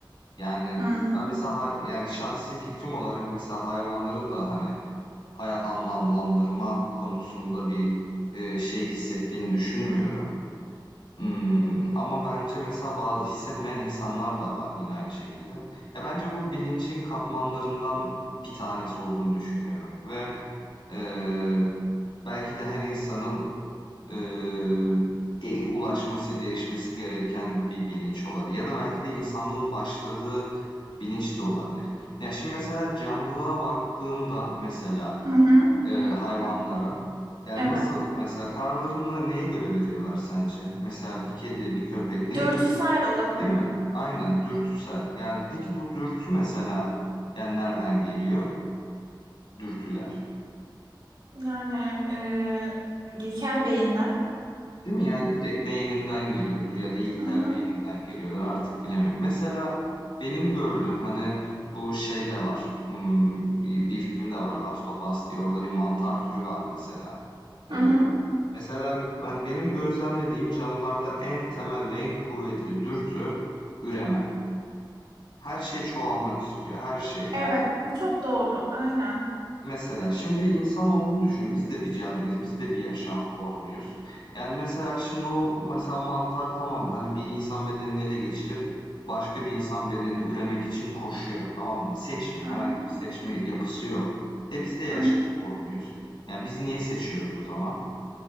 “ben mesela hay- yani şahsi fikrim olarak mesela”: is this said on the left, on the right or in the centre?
Left